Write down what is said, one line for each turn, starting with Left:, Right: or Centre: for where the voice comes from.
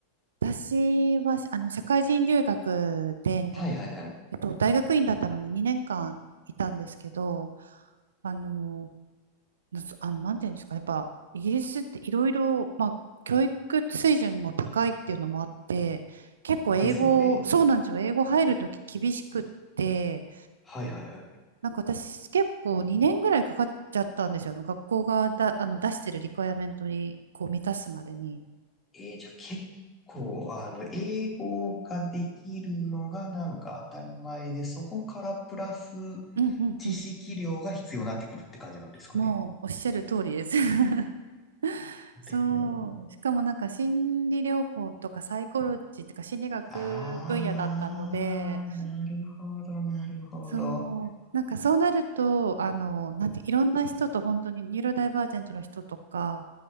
Right: 私は、あの、社会人留学で、
Left: はいはいはい。
Right: あえっと、大学院だったのに2年間いたんですけど、あの、なあの、なんていうんですかね、やっぱ、イギリスっていろいろ、まあ、教育水準も高いっていうのもあって、結構英語、
Left: ですよね。
Right: そうなんですよ、英語入るとき厳しくって、
Left: はいはいはい。
Right: なんか私結構2年ぐらいかかっちゃったんですよ、あの、学校がだ、あの、出してるリクエアメントに、こう、満たすまでに。
Left: えーじゃあ結構、あの、英語ができるのがなんか当たり前で、そこからプラス
Right: うんうんうん。
Left: 知識量が必要になってくるって感じなんですかね。
Right: もう、おっしゃる通りです。<laughs> そう。
Left: でも
Right: しかもなんか心理療法とかサイコロジーとか心理学分野だったので、
Left: あー、なるほど、なるほど。
Right: そう。なんかそうなると、あの、なんて、いろんな人と本当にニューロダイバージェントの人とか、